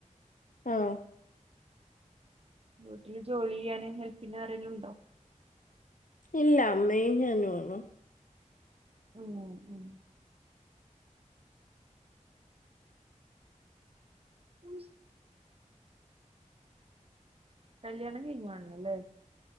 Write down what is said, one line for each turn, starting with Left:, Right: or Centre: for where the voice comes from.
Left: ആഹ്
Right: വീട്ടില് ജോലിയെയ്യാന് ഹെല്പിനാരെല്ലുണ്ടോ?
Left: ഇല്ല അമ്മയും ഞാനോളു
Right: ഉം ഉം <inaudible> കല്യാണം കഴിഞ്ഞാണല്ലേ? ലെ